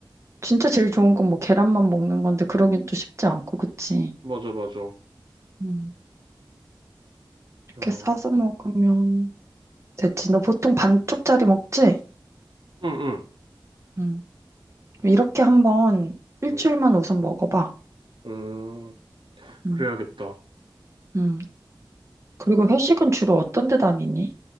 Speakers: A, on the right; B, on the right.
A: 진짜 제일 좋은 건 뭐 계란만 먹는 건데 그러긴 또 쉽지 않고, 그치?
B: 맞아, 맞아. 어,
A: 음, 이렇게
B: 응,
A: 싸서 먹으면 됐지. 너 보통 반쪽짜리 먹지?
B: 응,
A: 음, 그럼 이렇게 한번 일주일만
B: 응,
A: 우선 먹어봐.
B: 응,
A: 음,
B: 그래야겠다. 어,
A: 음. 그리고 회식은 주로 어떤 데 다니니?